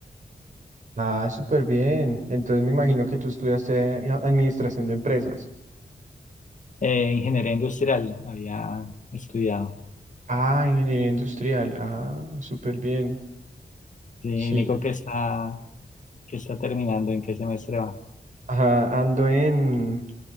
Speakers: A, on the right; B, on the left.
A: Ah, súper bien. Entonces me imagino que tú estudiaste a- administración de empresas.
B: Eh, ingeniería industrial había estudiado.
A: Ah, ingeniería industrial. Ah, súper bien.
B: Sí,
A: Sí.
B: Nico que está, que está terminando, ¿en qué semestre va?
A: Ajá, ando en,